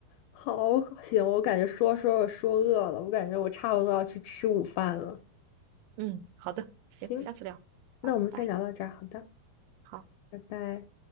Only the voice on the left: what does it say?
好，行，我感觉说说说饿了，我感觉我差不多要去吃午饭了。
行，
那我们先聊到这儿，
好的。
拜拜。